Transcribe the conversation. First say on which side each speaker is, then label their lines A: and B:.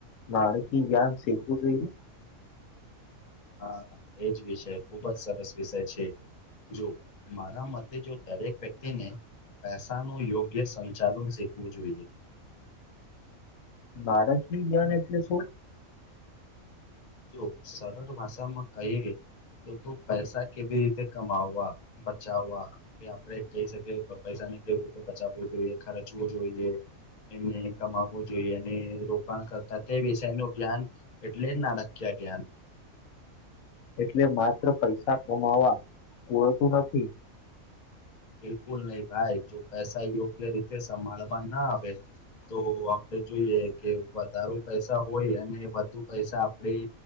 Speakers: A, on the left (about 85°); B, on the left (about 40°).
A: <unintelligible> જ્ઞાન શીખવું જોઈએ?
B: હા એજ વિષય ખુબ જ સરસ વિષય છે જો મારા મતે જો દરેક વ્યક્તિને પૈસા નું યોગ્ય સંચાલન શીખવું જોઈએ.
A: બાળકી જ્ઞાન એટલે શું?
B: જો સરળ ભાષામાં કહીએ તો તું પૈસા કેવી રીતે કમાવા બચાવા કે આપડે કહી શકીએ પૈસાને કેવી રીતે બચાવવું જોઈએ ખર્ચવું જોઈએ એમને કમાવવું જોઈએ અને રોકાણ કરતા તે વિષયનું જ્ઞાન એટલે નાણાકીય જ્ઞાન.
A: એટલે માત્ર પૈસા કમાવા પૂરતું નથી
B: બિલકુલ નહી ભાઈ જો પૈસા યોગ્ય રીતે સંભાળવા ના આવે તો આપણે જોઈએ કે વધારુ પૈસા હોય અને પૈસા આપણેે